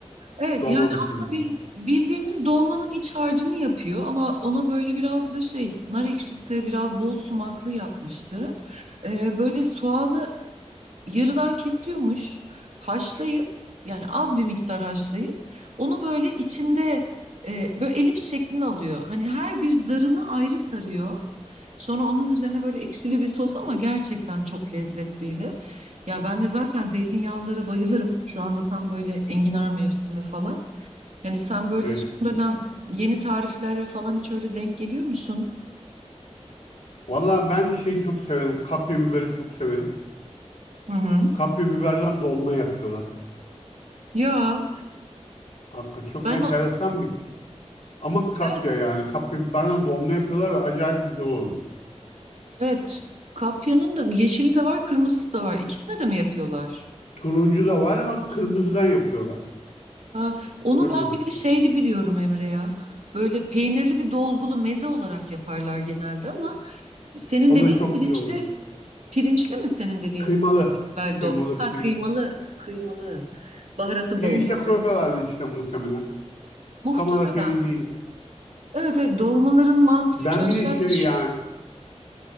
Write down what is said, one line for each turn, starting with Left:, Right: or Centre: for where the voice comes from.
Right: Evet
Left: Dolma
Right: yani
Left: biçiminde.
Right: aslında bil- bildiğimiz dolmanın iç harcını yapıyor ama ona böyle biraz da şey nar ekşisi biraz bol sumaklı yapmıştı. Ee, böyle soğanı yarıdan kesiyormuş haşlayıp yani az bir miktar haşlayıp onu böyle içinde e, böyle elips şeklini alıyor. Hani her bir zarını ayrı sarıyor. Sonra onun üzerine böyle ekşili bir sos ama gerçekten çok lezzetliydi. Ya ben de zaten zeytinyağlılara bayılırım. Şu anda tam böyle enginar mevsimi falan. Yani sen böyle
Left: Evet.
Right: son dönem yeni tariflere falan hiç öyle denk geliyor musun?
Left: Valla ben şeyi çok severim. Kapya biberi çok severim.
Right: Hı hı.
Left: Kapya biberden dolma yapıyorlar.
Right: Ya
Left: Hakikaten çok
Right: ben
Left: enteresan
Right: o-
Left: bir şey. Ama kapya
Right: evet
Left: yani. Kapya biberden dolma yapıyorlar ve acayip güzel oluyor.
Right: evet kapyanın da yeşili de var kırmızısı da var. İkisine de mi yapıyorlar?
Left: Turuncu da var ama kırmızıdan yapıyorlar.
Right: Ha, onu
Left: Kırmızı.
Right: ben bir de şeyli biliyorum Emre ya. Böyle peynirli bir dolgulu meze olarak yaparlar genelde ama senin
Left: O
Right: dediğin
Left: da çok
Right: pirinçli
Left: güzel olur.
Right: pirinçli mi senin dediğin
Left: Kıymalı.
Right: kapya biber
Left: Kıymalı
Right: do ha
Left: pirinç.
Right: kıymalı kıymalı baharatı
Left: Pirinç
Right: bol tabii.
Left: de koyuyorlardı içine muhtemelen.
Right: Muhtemelen.
Left: Tam olarak emin değilim.
Right: Evet, evet dolmaların mantığı
Left: Ben
Right: üç aşağı
Left: bir de şey
Right: beş
Left: yani.
Right: yukarı.